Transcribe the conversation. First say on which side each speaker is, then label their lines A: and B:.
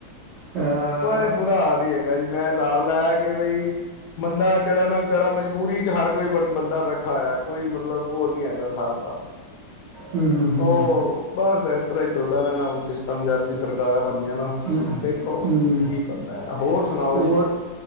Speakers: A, on the right (about 85°); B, on the left (about 75°).
A: ਹਮ
B: ਉਹ ਇਹ ਬੁਰਾ ਹਾਲ ਹੀ ਹੈਗਾ ਜੀ ਮੈਂ ਹਿਸਾਬ ਲਾਇਆ ਕਿ ਬਈ ਬੰਦਾ ਜਿਹੜਾ ਨਾ ਵਿਚਾਰਾ ਮਜਬੂਰੀ ਚ ਹਰ ਕੋਈ ਬ ਬੰਦਾ ਬੈਠਾ ਹੋਇਆ ਕੋਈ ਮਤਲਬ ਉਹ ਨੀ ਹੈਗਾ ਹਿਸਾਬ ਤਾਂ
A: ਹਮ
B: ਉਹ ਬਸ ਇਸ ਤਰ੍ਹਾਂ ਹੀ ਚੱਲਦਾ ਨ- ਨਾ ਹੁਣ‌ ਸਿਸਟਮ ਜਦੀ ਸਰਕਾਰਾਂ ਬਣੀਆਂ ਨਾ ਹੁਣ
A: ਹ ਹਮ
B: ਦੇਖੋ ਕੀ ਬਣਦਾ ਨਾ ਹੋਰ ਸੁਣਾਓ
A: ਹੋਰ
B: ਜੀ